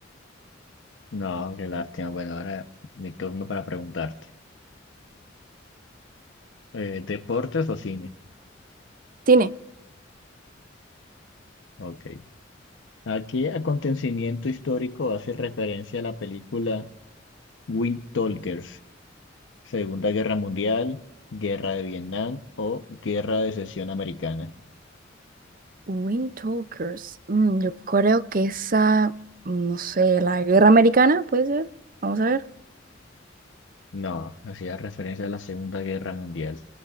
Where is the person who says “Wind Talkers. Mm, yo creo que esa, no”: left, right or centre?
Right